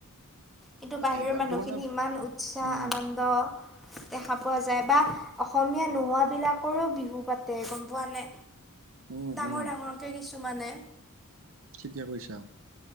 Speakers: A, in the centre; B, on the right (about 65°).
A: কিন্তু বাহিৰৰ
B: এবাৰতো
A: মানুহখিনি
B: মানে
A: ইমান উৎসাহ
B: উম
A: আনন্দ দেখা পোৱা যায় বা অসমীয়া নোহোৱা বিলাকৰো বিহু পাতে গম পোৱা নাই।
B: উম
A: ডাঙৰ
B: উম
A: ডাঙৰকে কিছুমানে।
B: ঠিকে কৈছা।